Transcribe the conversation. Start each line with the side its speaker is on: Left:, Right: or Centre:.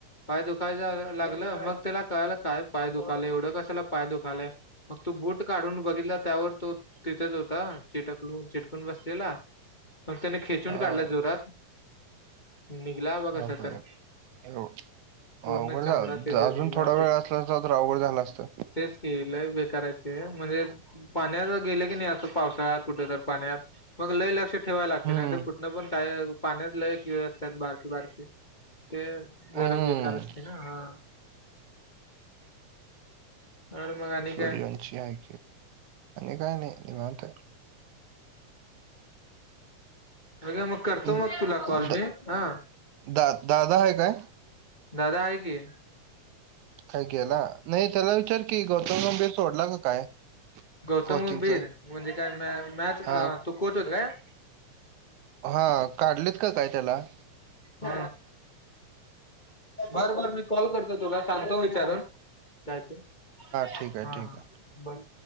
Left: पाय दुखाय लागलं मग त्याला कळलं काय पाय दुखालय एवढं कसला पाय दुखालय मग तू बूट काढून बघितला त्यावर तो तिथेच होता चिटकलून चिटकून बसलेला. मग त्याने खेचून
Right: हां.
Left: काढला जोरात. निघला बा
Right: बापरे
Left: कसा तर
Right: एवढ <unintelligible>
Left: पूर्ण
Right: अवघड
Left: चमडा
Right: झालं
Left: त्याचा
Right: त अजून
Left: निघला
Right: थोडा वेळ असला असता तर अवघड झालं असतं.
Left: तेच की लंय बेकार ये ते म्हणजे पाण्यात गेलं की नाही असं पावसाळ्यात कुठ तर पाण्यात मग लय लक्ष ठेवाय लागते
Right: हं.
Left: नाय तर कुठन पण काय पाण्यात लय किडे असतात बारकि बारकि ते
Right: हं.
Left: जरा बेकार असते ना हा. हान मग आणि
Right: <unintelligible> आणि
Left: काय
Right: काय नाही निवांत आहे.
Left: उद्या मग करतो
Right: अं,
Left: मग तुला कॉल
Right: द
Left: मी हा.
Right: दा दादा हाय काय?
Left: दादा हाय की.
Right: काय केला नाही त्याला विचार की गौतम गंभीर सोडला का काय.
Left: गौतम
Right: कोचिंगच
Left: गंभीर म्हणजे काय म मँच
Right: हा
Left: तो कोच होता काय?
Right: हा काढलेत का काय त्याला?
Left: ह बर बर मी कॉल करतो तुला सांगतो विचारून. काय ते हा
Right: ठीक आहे ठीक
Left: हा
Right: आहे
Left: बर.